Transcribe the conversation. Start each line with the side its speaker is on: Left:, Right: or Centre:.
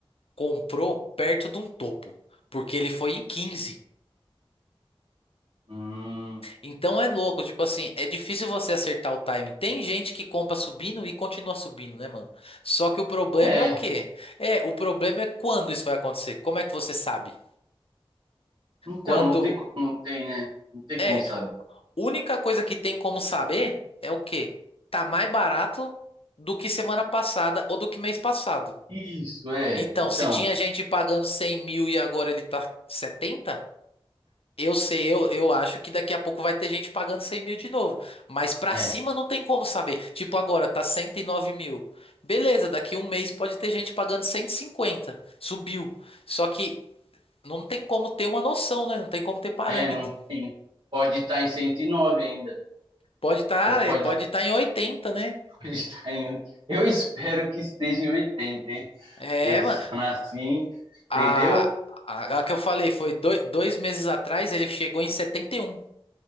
Left: comprou perto de um topo, porque ele foi em quinze
Right: Hum,
Left: Então é louco, tipo assim, é difícil você acertar o time. Tem gente que compra subindo e continua subindo, né, mano? Só que o problema
Right: é.
Left: é o quê? É, o problema é quando isso vai acontecer. Como é que você sabe?
Right: Então,
Left: Quando
Right: não tem como, não tem, né? Não tem
Left: é,
Right: como saber.
Left: única coisa que tem como saber é o quê? Tá mais barato do que semana passada ou do que mês passado.
Right: Isso, é.
Left: Então,
Right: Então,
Left: se tinha gente pagando 100 mil e agora ele tá setenta Eu sei, eu, eu acho que daqui a pouco vai ter gente pagando 100 mil de novo. Mas pra
Right: é.
Left: cima não tem como saber. Tipo, agora tá 109 mil. Beleza, daqui um mês pode ter gente pagando 150. Subiu. Só que não tem como ter uma noção, né? Não tem como ter parâmetro.
Right: É, não tem. Pode estar em 109 ainda.
Left: Pode estar,
Right: Ou pode,
Left: pode
Right: <laughs>
Left: estar em 80, né?
Right: pode estar em. 80. Eu espero que esteja em oitenta hein?
Left: É,
Right: Pensando
Left: mano.
Right: assim,
Left: A,
Right: entendeu?
Left: a, a que eu falei foi dois, dois meses atrás, ele chegou em 71.